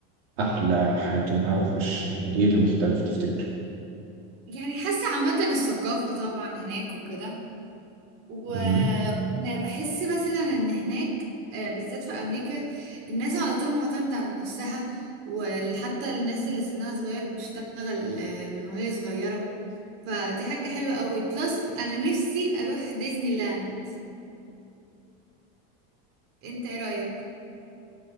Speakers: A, on the right; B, on the right.
A: احلى حياتهم اوحش يعني ايه اللي مختلف تفتكر
B: يعني حاسة عامة الثقافة طبعا هناك وكده وانا
A: امم
B: بحس مثلا ان هناك آه، بالذات في امريكا الناس على طول معتمدة على نفسها وحتى الناس اللي سنها صغير بتشتغل آه، من وهي صغيرة فدي حاجة حلوة قوي بلس انا نفسي اروح ديزني لاند انت ايه رأيك